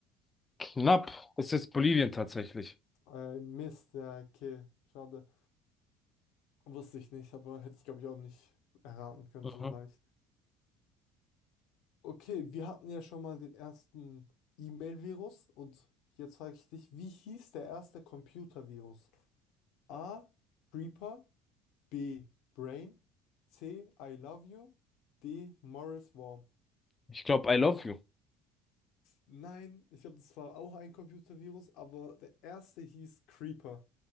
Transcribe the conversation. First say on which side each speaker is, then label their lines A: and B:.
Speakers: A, on the left; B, on the left.
A: knapp. Es ist Bolivien tatsächlich.
B: Ein Mist, ja, okay, schade. Wusste ich nicht, aber hätte ich, glaube ich, auch nicht erraten können
A: Mhm.
B: so leicht. Okay, wir hatten ja schon mal den ersten E-Mail-Virus und jetzt frage ich dich, wie hieß der erste Computer-Virus? A. Creeper B. Brain. C. I Love You. D. Morris Worm.
A: Ich glaube, I love you.
B: Nein, ich glaube, das war auch ein Computervirus, aber der erste hieß Creeper.